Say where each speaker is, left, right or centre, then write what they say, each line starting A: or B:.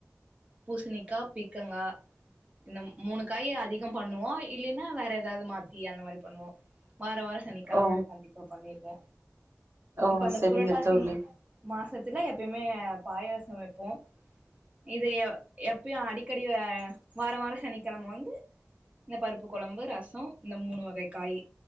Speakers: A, on the right (about 25°); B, on the right (about 50°).
A: பூசணிக்கா பீக்கங்கா இந்த மூணு காயி அதிகம் பண்ணுவோ இல்லேன்னா வேற ஏதாது மாத்தி அந்த மாரி பண்ணுவோ. வார வாரோ சனிக்கெழம
B: ஓ
A: அது கண்டிப்பப் பண்ணீர்வ
B: ஓ
A: இப்ப அந்த
B: செரிங்க
A: புரட்டாசி
B: தோழி
A: மாசத் தினயம் எப்பமே பாயாசோ வெப்போ. இது எப்பயு அடிக்கடி அ வார வார சனிக்கிழம வந்து இந்த பருப்பு கொழம்பு ரசோ இந்த மூணு வகை காய்.